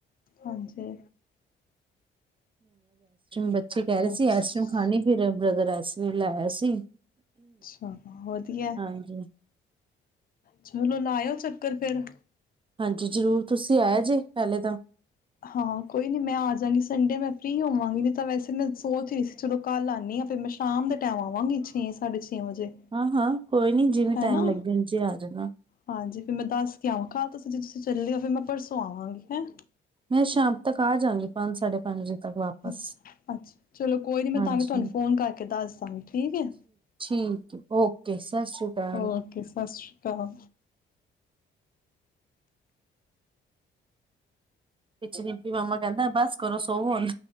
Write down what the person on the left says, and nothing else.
ਹਾਂਜੀ
ਅੱਛਾ
ਅੱਛਾ ਵਧੀਆ।
ਚਲੋ ਲਾਇਓ, ਚੱਕਰ ਫੇਰ।
ਹਾਂ, ਕੋਈ ਨੀ ਮੈਂ ਆਜਗੀ ਸ ਸੰਡੇ ਮੈਂ ਫਰੀ ਹੋਵਾਂਗੀ, ਨਹੀਂ ਤਾਂ ਵੈਸੇ ਮੈਂ ਸੋਚ ਰਹੀ ਸੀ, ਚਲੋ ਕੱਲ੍ਹ ਆਨੀ ਆ, ਫਿਰ ਮੈਂ ਸ਼ਾਮ ਦੇ ਟਾਈਮ ਆਵਾਂਗੀ ਛੇ ਸਾਢੇ ਛੇ ਵਜੇ
ਹੈਨਾ
ਹਾਂਜੀ, ਫਿਰ ਮੈਂ ਦੱਸ ਕੇ ਆਵਾਂ, ਕਲ ਤੁਸੀ ਜੇ ਤੁਸੀਂ ਚੱਲੇ ਫਿਰ ਮੈਂ ਪਰਸੋਂ ਆਵਾਂਗੀ। ਹੈ
ਅੱਛਾ ਅੱਛਾ ਚਲੋ, ਕੋਈ ਨੀ ਮੈਂ
ਤਾਂ ਵੀ ਤੁਹਾਨੂੰ ਫੋਨ ਕਰਕੇ ਦੱਸ ਦਾ ਗੀ ਠੀਕ ਹੈ,
ਓਕੇ ਸਤਿ ਸ਼੍ਰੀ ਕਾਹਾ